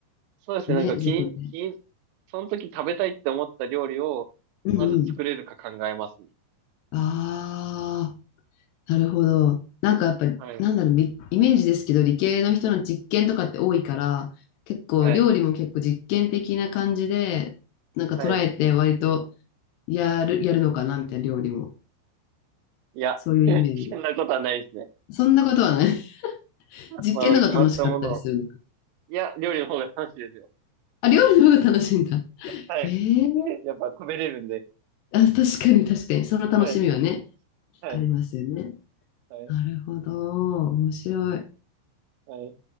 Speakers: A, on the right (about 85°); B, on the left (about 80°).
A: そうですね、
B: ね、
A: なんか気に、
B: 自分で。
A: 気に、その時食べたいって思った料理を、
B: うんうん。
A: まず作れるか考えますね。
B: ああ、なるほど。なんかやっぱり、
A: はい、
B: なんだろう、りイメージですけど、理系の人の実験とかって多いから、結構、
A: はい、
B: 料理も結構実験的な感じで、なんか捉えて、
A: はい。
B: 割とやる、やるのかな、みたいな料理も。
A: いや、
B: そういうイメージ。
A: <laughs> そんなことはないですね。
B: そんなことはない。<laughs> 実験の方が楽しかったりするのか。
A: まあ、あの、決まったものを。いや、料理の方が楽しいですよ。
B: あ、料理の方が楽しいんだ。
A: はい。
B: ええ
A: やっぱ食べれるんで。
B: あ、確かに確かに、その楽しみはね、
A: はい、はい、
B: ありますよね。
A: はい、
B: なるほど、面白い。
A: はい。